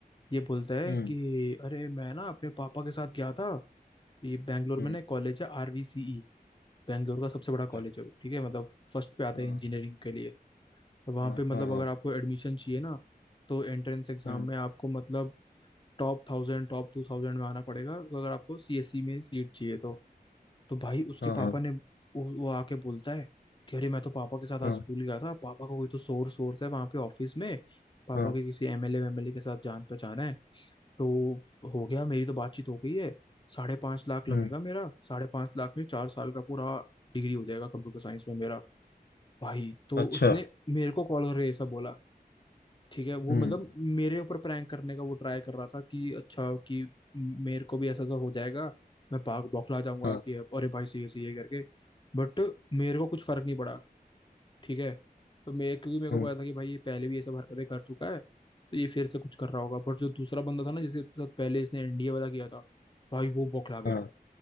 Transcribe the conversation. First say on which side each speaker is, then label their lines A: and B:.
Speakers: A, on the left; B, on the left.
A: ये बोलता है
B: हम्म
A: कि अरे मैं ना अपने पापा के साथ गया था ये बैंगलोर
B: हम्म
A: में ना कॉलेज है आरवीसीई बैंगलोर का सबसे बड़ा
B: अच्छा,
A: कॉलेज है वो ठीक है मतलब फर्स्ट पे आता
B: हाँ
A: है इंजीनियरिंग के लिए वहां
B: हाँ
A: पे मतलब
B: हाँ हाँ
A: अगर आपको एडमिशन चाहिए ना तो एंट्रेंस एग्जाम
B: हम्म
A: में आपको मतलब टॉप थाउजेंड टॉप टू थाउजेंड में आना पड़ेगा अगर आपको सीएससी में सीट चाहिए तो तो भाई उसके
B: हाँ
A: पापा
B: हाँ
A: ने वो, वो आके बोलता है कि अरे मैं तो पापा के साथ
B: हाँ
A: आज स्कूल गया था पापा का कोई तो सोर्स सोर्स है वहाँ पे ऑफिस में पापा
B: हाँ
A: के किसी एमएलए एमएलए के साथ जान पहचान है तो हो गया मेरी तो बातचीत हो गई है साढ़े पांच लाख लगेगा
B: हम्म
A: मेरा साढ़े पांच लाख में चार साल का पूरा डिग्री हो जाएगा कंप्यूटर साइंस में मेरा भाई तो
B: अच्छा
A: उसने मेरे को कॉल करके ऐसा बोला ठीक है वो
B: हम्म
A: मतलब मेरे ऊपर प्रैंक करने का वो ट्राई कर रहा था कि अच्छा कि मेरे को भी ऐसा ऐसा हो जाएगा मैं भाग बौखला जाऊंगा
B: हाँ
A: कि अब अरे भाई सही है सही है करके बट मेरे को कुछ फर्क नहीं पड़ा ठीक है तो मैं क्योंकि मेरे को
B: हम्म
A: पता था कि भाई ये पहले भी ये सब हरकतें कर चुका है तो ये फिर से कुछ कर रहा होगा बट जो दूसरा बंदा था ना जिसके साथ पहले इसने एनडीए वाला किया था भाई वो बौखला गया
B: हाँ